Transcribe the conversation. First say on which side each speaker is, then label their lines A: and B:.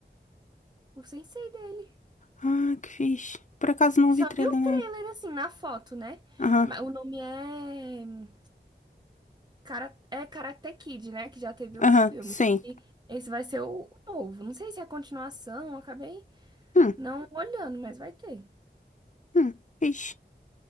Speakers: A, on the right; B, on the left.
A: O sensei dele.
B: Ah, que fixe. Por acaso não
A: Só
B: vi trailer,
A: vi o
B: não.
A: trailer assim, na foto, né?
B: Aham,
A: Mas o nome é. Cara, é Karate Kid, né? Que já teve outros
B: aham,
A: filmes.
B: sim.
A: E esse vai ser o novo. Não sei se é a continuação, eu acabei
B: Hum,
A: não olhando, mas vai ter.
B: hum, vixe.